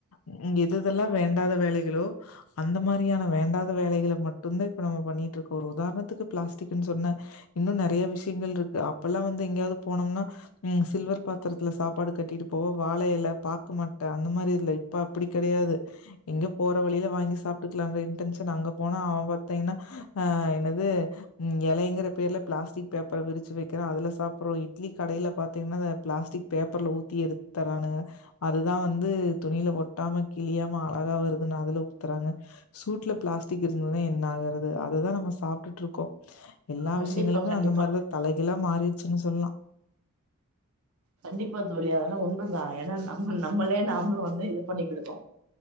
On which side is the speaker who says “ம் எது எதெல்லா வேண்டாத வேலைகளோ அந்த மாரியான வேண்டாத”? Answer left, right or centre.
Left